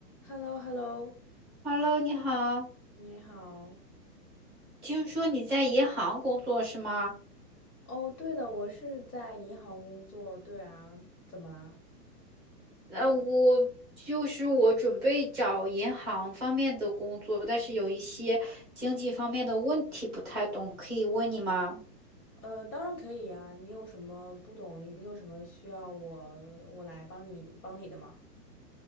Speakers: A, on the left; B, in the centre.
A: h e l l o h e l l o
B: Hello，你好，
A: 你好。
B: 听说你在银行工作是吗？
A: 哦，对的，我是在银行工作。对啊，怎么啦？
B: 那我就是我准备找银行方面的工作，但是有一些经济方面的问题不太懂，可以问你吗？
A: 呃，当然可以呀。你有什么不懂？你有什么需要我我来帮你帮你的吗？